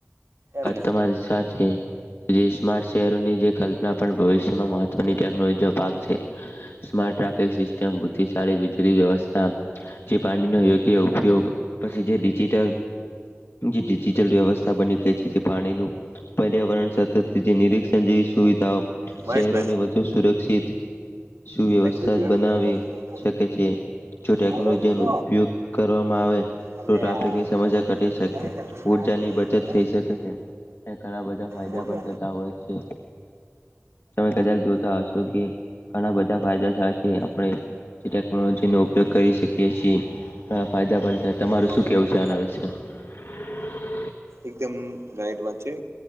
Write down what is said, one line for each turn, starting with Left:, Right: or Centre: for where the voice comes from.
Right: એમને
Left: વાત તમારી સાચી જે સ્માર્ટ શહેરોની જે. કલ્પના પણ ભવિષ્યમાં મહત્વની ટેકનોલોજીનો ભાગ છે. સ્માર્ટ ટ્રાફિક સિસ્ટમ બુદ્ધિશાળી વીજળી વ્યવસ્થા. જે પાણીનો યોગ્ય ઉપયોગ. પછી જે ડિજિટલ જે ડિજિટલ વ્યવસ્થા બની. પાણી પર્યાવરણ સતત નિરીક્ષણ જેવી સુવિધાઓ
Right: મહેશભાઈનો
Left: શહેરોને. તો સુરક્ષિત સુવ્યવસ્થા
Right: મહેશભાઈ જીવનભાઈ
Left: બનાવી શકે છે. જો ટેકનોલોજી
Right: આવડો મોટો
Left: ન ઉપયોગ કરવામાં આવે
Right: અલ્યા
Left: તો ટ્રાફિકની સમસ્યા ઘટી શકે.
Right: <unintelligible>
Left: ઊર્જાની બચત થઈ શકે છે અને ઘણા બધા ફાયદા
Right: મોટો
Left: પણ થતા હોય છે. તમે કદાચ જોતા હશો કે. ઘણા બધા ફાયદા થ છે આપણે જે ટેકનોલોજી નો ઉપયોગ કરી શકીએ છીએ. ઘ ફાયદા પણ. થાય. તમારું
Right: હ
Left: શું કેવું
Right: ગોબરા.
Left: છે આના <inaudible>
Right: એકદમ લઇટ વાત છે.